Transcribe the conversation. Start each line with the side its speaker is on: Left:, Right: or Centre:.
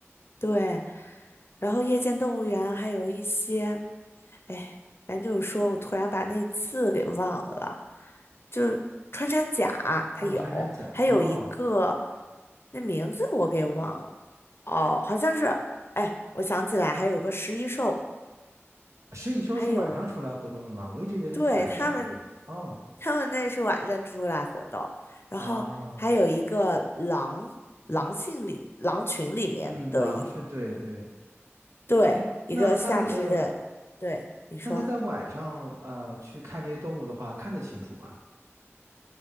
Left: 对，然后夜间动物园还有一些，哎，咱就是说我突然把那字给忘了，就是穿山甲它有，
Right: 哦，穿山甲。
Left: 还有一个
Right: 哦，
Left: 那名字我给忘了，哦，好像是，哎，我想起来还有一个十一兽，
Right: 食蚁兽是晚上出来活动的吗？
Left: 还有
Right: 我一直以为它是白天活动的。
Left: 对他们，
Right: 哦，
Left: 他们那是晚上出来活动，然后还有一个狼狼性里狼群里面的一
Right: 哦，嗯，狼是对对。
Left: 对一个下肢的，
Right: 哎，那它的，
Left: 对你说。
Right: 那它在晚上呃去看这些动物的话，看得清楚吗？